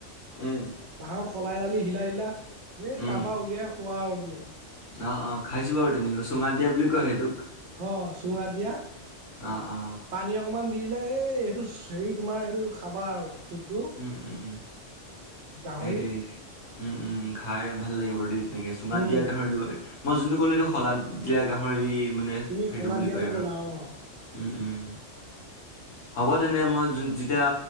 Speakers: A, on the left (about 80°); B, on the right (about 65°).
A: উম
B: বাঁহৰ সলাই দালি হিলা হিলা হে
A: উম,
B: তাৰ পা উলিয়াই খোৱা আৰু তুমি
A: অ অ খাইছোঁ বাৰু তেনেকৈ চুঙাত দিয়া বুলি কয় সেইটোক।
B: অ চুঙাত দিয়া
A: অ অ
B: পানী অকমান দি দিলে এই এইটো হেৰি তোমাৰ এইটো খাবা আৰু চুপটো
A: উম উম উম
B: গাহৰিৰ
A: সেইটোৱেই দি উম উম উম খাই ভাল লাগিব বাৰু দেই তেনেকে চুঙাত
B: উম
A: দিয়া গাহৰি লয় মই যোনটো কলো এইটো শলাত এতিয়া গাহৰি মানে
B: তুমি শলাদ
A: হেটো বুলি
B: দিয়াটো
A: কয় আৰু
B: ক'লা অ
A: উম উম হ'ব তেনে মই যোন যেতিয়া